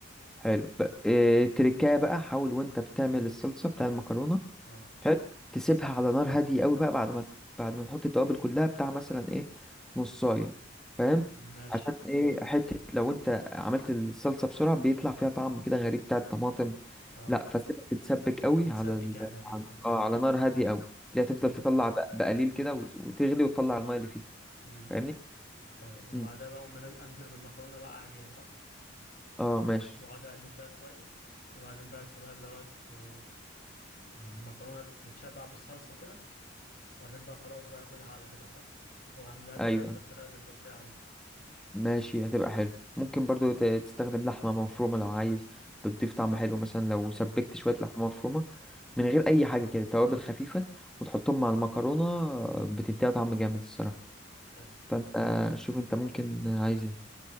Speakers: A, in the centre; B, on the left.
A: حلو ب... إيه... تريكاية بقى حاول وأنت بتعمل الصلصة بتاع المكرونة
B: اه
A: حلو تسيبها على نار هاديه قوي بقى بعد ما بعد ما تحط التوابل كلها بتاع مثلا ايه نصايه فاهم
B: ماشي
A: عشان ايه حته لو انت عملت الصلصه بسرعه بيطلع فيها طعم كده غريب بتاع الطماطم
B: اه
A: لا فسيبها تتسبك قوي
B: تتسبك
A: على ال...
B: يعني ايوه
A: على
B: فهمت
A: آه، على نار هاديه قوي اللي هتفضل
B: مم.
A: تطلع بق- بقليل كده وت- وتغلي وتطلع الميه اللي فيها
B: مم.
A: فاهمني
B: طيب وبعدها
A: مم.
B: بقى أقوم منز- انزل بالمكرونه بقى عليها صح
A: اه ماشي
B: واقعد اقلب بقى كويس وبعدين بقى اسيبها اللي هو ت- المكرونه تتشبع بالصلصه كده وبعدين بقى خلاص بقى اكلها على كده صح واعملها الفراخ
A: ايوه
B: بالطريقه اللي انت قلت لي عليها
A: ماشي هتبقى حلو ممكن برضو ت- تستخدم لحمة مفرومة لو عايز بتضيف طعم حلو مثلا لو سبكت
B: مم.
A: شوية لحمة مفرومة من غير أي حاجة كده توابل خفيفة وتحطهم مع المكرونة بتديها طعم جامد الصراحة
B: حلو
A: فأنت شوف أنت ممكن عايز إيه